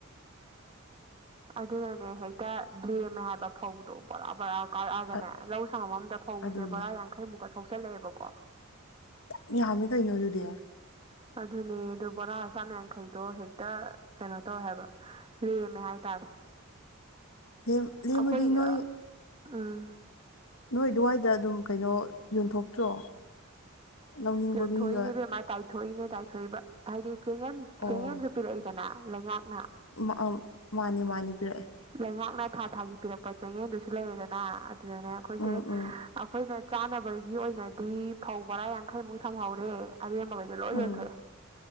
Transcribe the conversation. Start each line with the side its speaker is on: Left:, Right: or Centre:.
Right: ꯑꯗꯨꯅꯅꯦ ꯍꯦꯛꯇ ꯂꯦꯝꯃꯦ ꯍꯥꯏꯕ ꯐꯧꯗꯣ ꯕꯣꯔꯥ ꯕꯔꯥ ꯀꯥꯔꯛꯑꯒꯅꯦ
Left: ꯑ-
Right: ꯂꯧ ꯁꯉꯝ ꯑꯝꯗ ꯐꯧꯁꯦ
Left: ꯑꯗꯨꯅꯦ
Right: ꯕꯣꯔꯥ ꯌꯥꯡꯈꯩꯃꯨꯛꯀ ꯊꯣꯛꯆꯜꯂꯛꯑꯦꯕꯀꯣ
Left: ꯌꯥꯝ ꯌꯥꯝꯃꯦ ꯀꯩꯅꯣ ꯑꯗꯨꯗꯤ
Right: ꯑꯗꯨꯅꯦ ꯑꯗꯨ ꯕꯣꯔꯥ ꯆꯥꯥꯝ ꯌꯥꯡꯈꯩꯗꯣ ꯍꯦꯛꯇ ꯀꯩꯅꯣ ꯇꯧꯋꯦ ꯍꯥꯏꯕ ꯂꯦꯝꯃꯦ ꯍꯥꯏꯇꯥꯔꯦ
Left: ꯂꯦꯝ ꯂꯦꯝꯃꯗꯤ
Right: ꯑꯩꯈꯣꯏ
Left: ꯅꯣꯏ
Right: ꯎꯝ
Left: ꯅꯣꯏ ꯑꯗꯨꯋꯥꯏꯗ ꯗꯨꯝ ꯀꯩꯅꯣ ꯌꯣꯟꯊꯣꯛꯇ꯭ꯔꯣ ꯂꯧꯅꯤꯡꯕ
Right: ꯌꯣꯟꯊꯣꯛꯏꯅꯦ
Left: ꯃꯤꯒ
Right: ꯏꯕꯦꯝꯃꯥ ꯇꯥꯏꯊꯣꯛꯏꯅꯦ ꯇꯥꯏꯊꯣꯛꯏꯕ ꯍꯥꯏꯗꯤ ꯆꯦꯡꯉꯦꯟ
Left: ꯑꯣ
Right: ꯆꯦꯡꯉꯦꯟꯖꯨ ꯄꯤꯔꯛꯏꯗꯅ ꯂꯩꯉꯥꯛꯅ
Left: ꯃꯥ ꯑꯝ ꯃꯥꯅꯤ ꯃꯥꯅꯤ ꯄꯤꯔꯛꯑꯦ
Right: ꯂꯩꯉꯥꯛꯅ ꯊꯥ ꯊꯥꯒꯤ ꯄꯤꯔꯛꯄ ꯆꯦꯡꯉꯦꯟꯗꯨꯁꯨ ꯂꯩꯔꯦꯗꯅ ꯑꯗꯨꯗꯅꯦ ꯑꯈꯣꯏꯁꯦ
Left: ꯎꯝ ꯎꯝ
Right: ꯑꯈꯣꯏꯅ ꯆꯥꯅꯕꯒꯤ ꯑꯣꯏꯅꯗꯤ ꯐꯧ ꯕꯣꯔꯥ ꯌꯥꯡꯈꯩꯃꯨꯛ ꯊꯝꯍꯧꯔꯦ ꯑꯔꯦꯝꯕꯒꯩ ꯗꯣ ꯂꯣꯏ
Left: ꯎꯝ
Right: ꯌꯣꯟꯊꯣꯛꯑꯦ